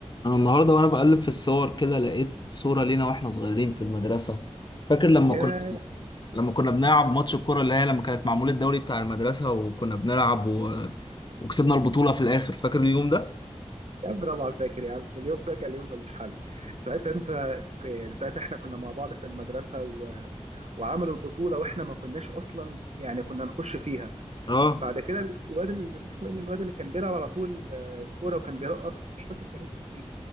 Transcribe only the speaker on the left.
انا النهارده وانا بقلب في الصور كده لقيت صورة لينا واحنا صغيرين في المدرسة فاكر لما
كنا لما كنا بنلعب ماتش الكرة اللي هي لما كانت معمول الدوري بتاع المدرسة وكنا بنلعب و... وكسبنا البطولة في الآخر فاكر اليوم ده؟
اه